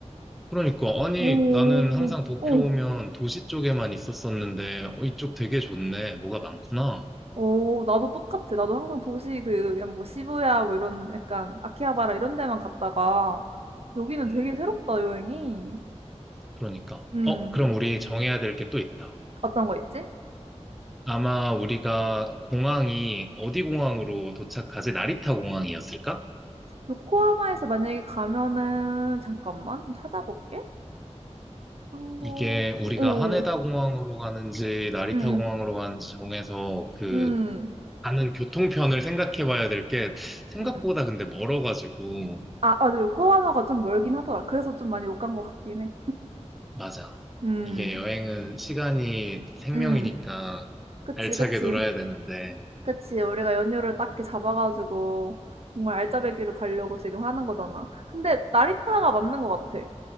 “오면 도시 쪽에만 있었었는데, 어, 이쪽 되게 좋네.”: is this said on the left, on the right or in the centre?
Centre